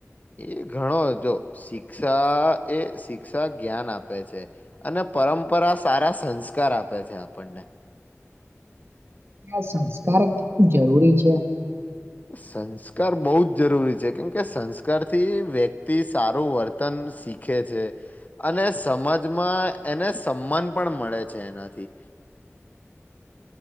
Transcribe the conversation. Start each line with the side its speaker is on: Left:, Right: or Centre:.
Left: એ ઘણો જો શિક્ષા એ શિક્ષા જ્ઞાન આપે છે, અને પ પરંપરા સારા સંસ્કાર આપે છે આપણને.
Right: આ સંસ્કાર જરૂરી છે?
Left: સંસ્કાર બહુ જ જરૂરી છે કેમ કે સંસ્કાર થી વ્યક્તિ સારું વર્તન શીખે છે, આ અને સમાજમાં એને સન્માન પણ મળે છે એનાથી.
Right: <inaudible>